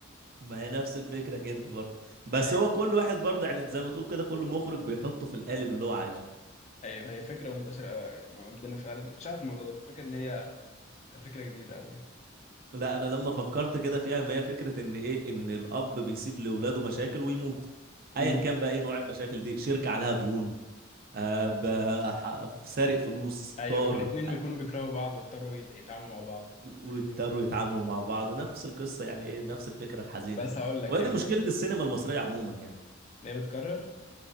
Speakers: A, on the right; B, on the left.
A: ما هي نفس الفكره كده برضه بس
B: ايوه
A: هو كل واحد برضه يعني زي ما تقول كده كل مخرج بيحطه في القالب اللي هو عايزه
B: ايوه هي فكره منتشره أوي يعني ما عندنا فعلا انا كنتش عارف الموضوع ده كنت فاكر ان هي فكره جديده قوي
A: لا انا لما فكرت كده فيها ما هي فكره ان ايه ان الاب بيسيب لاولاده مشاكل ويموت ايا
B: امم
A: كان بقى ايه نوع المشاكل دي شركه عليها ديون آه ب- ح- سارق فلوس
B: ايوه
A: طار
B: والاثنين بيكونوا بيكرهوا بعض ويضطروا يت- يتعاملوا مع بعض برضه
A: واضطروا
B: الفكره دي برضه مرة.
A: يتعاملوا مع بعض نفس القصه يعني ايه نفس الفكره الحزينه
B: بس
A: دي
B: هقول لك
A: وهي
B: يعني
A: دي مشكله السينما المصريه عموما يعني
B: ان هي بتكرر